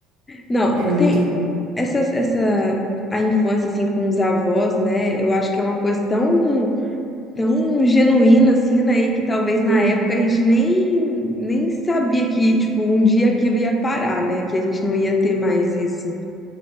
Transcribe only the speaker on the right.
É muito
bom.
Uhum.